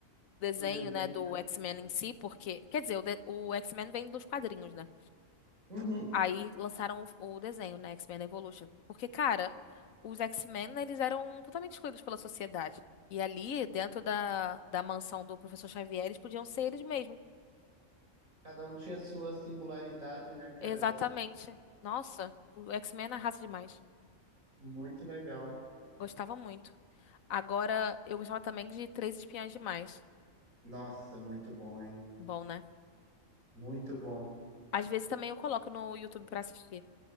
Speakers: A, on the left; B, on the right.
A: desenho,
B: Do desenho?
A: né, do X-Men em si, porque, quer dizer, o, de- o X-Men vem dos quadrinhos, né?
B: Uhum.
A: Aí lançaram o, o desenho, né, X-Men Evolution, porque, cara, os X-Men, né, eles eram totalmente excluídos pela sociedade. E ali, dentro da, da mansão do professor Xavier, eles podiam ser eles mesmos.
B: Cada um tinha sua singularidade, né, cara?
A: Exatamente. Nossa, o X-Men arrasa demais.
B: Muito legal.
A: Gostava muito. Agora, eu gostava também de Três Espiãs Demais.
B: Nossa, muito bom, hein?
A: Bom, né?
B: Muito bom.
A: Às vezes também eu coloco no YouTube pra assistir.